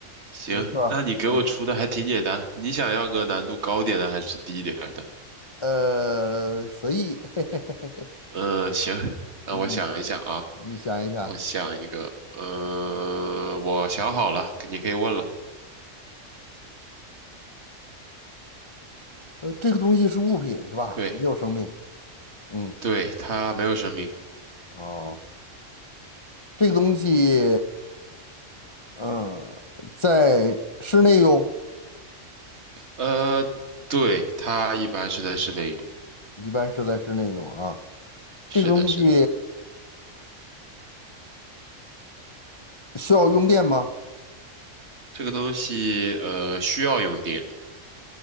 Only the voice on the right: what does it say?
行，
那你给我出的还挺简单。你想要个难度高点的还是低一点儿的？
嗯，行，那我想一想啊，
我想一个，呃，我想好了，你可以问了。
对，
对，它没有生命。
呃，对，它一般是在室内用。
是的，
是的，
这个东西呃需要用电。